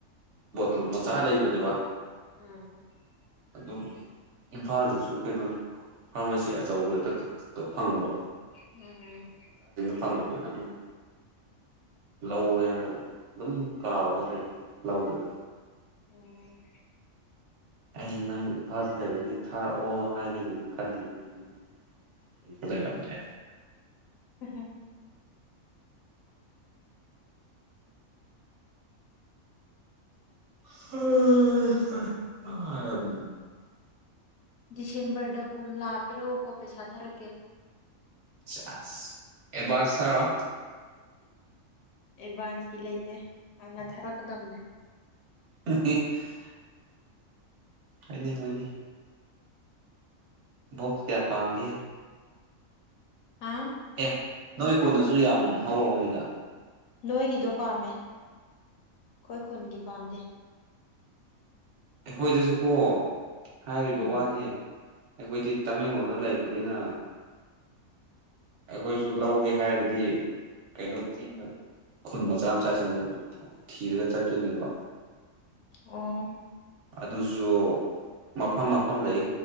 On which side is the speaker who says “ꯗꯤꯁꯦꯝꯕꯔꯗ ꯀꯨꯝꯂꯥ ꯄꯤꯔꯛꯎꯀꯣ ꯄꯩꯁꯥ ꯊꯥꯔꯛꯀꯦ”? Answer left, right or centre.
Left